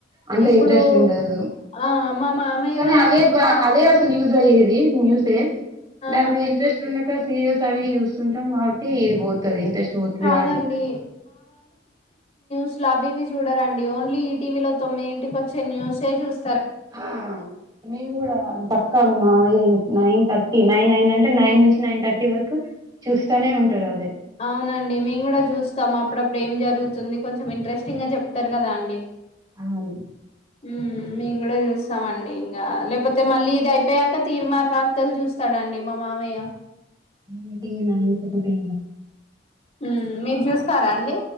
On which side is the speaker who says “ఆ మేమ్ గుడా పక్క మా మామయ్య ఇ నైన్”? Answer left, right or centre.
Right